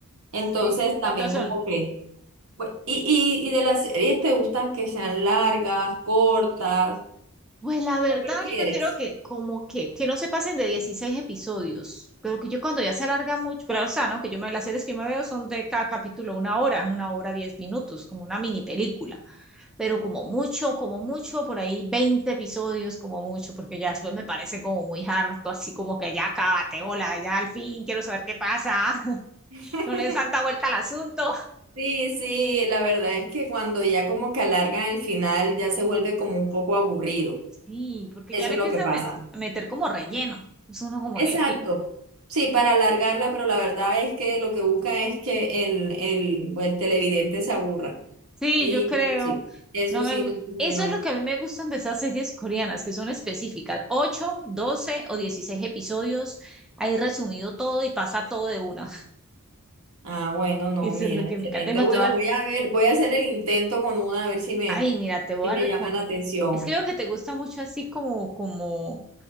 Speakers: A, on the right; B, in the centre.
A: Entonces,
B: Sí.
A: también
B: ¿Cuántas son?
A: como que, bu- y, y, y de las series te gustan que sean largas, cortas,
B: Pues la verdad,
A: ¿qué prefieres?
B: yo prefiero que como que, que no se pasen de 16 episodios. Pero que yo cuando ya se alarga mucho, pero o sea, ¿no? Que yo me las series que yo me veo son de cada capítulo una hora, una hora, 10 minutos, como una mini película. pero como mucho, como mucho, por ahí 20 episodios, como mucho, porque ya después me parece como muy harto, así como que ya acábate, hola, ya al fin quiero saber qué pasa, <laughs>
A: <laughs>
B: no le des tanta vuelta al asunto.
A: Sí, sí, la verdad es que cuando ya como que alargan el final, ya se vuelve como un poco aburrido.
B: Sí, porque
A: Eso
B: ya le
A: es
B: empieza
A: lo que pasa.
B: a, met a meter como relleno. Es uno como
A: Exacto.
B: que, pi-
A: Sí, para alargarla, pero la verdad es que lo que buscan es que el, el, pues, el televidente se aburra.
B: sí,
A: Y
B: yo creo,
A: eso sí, eso
B: no me...
A: sí,
B: gu-
A: no, como
B: Eso
A: que no.
B: es lo que a mí me gustan de esas series coreanas, que son específicas, 8 12 o 16 episodios, ahí resumido todo y pasa todo de una.
A: Ah, bueno,
B: <laughs>
A: no,
B: Eso
A: mira,
B: es lo que
A: excelente.
B: me encanta. Además,
A: Bueno,
B: te voy a
A: voy a ver, voy a hacer el intento con una, a ver si me,
B: Ay, mira, te voy
A: si me
B: a recomendar.
A: llama la atención.
B: Es que veo que te gusta mucho así como, como,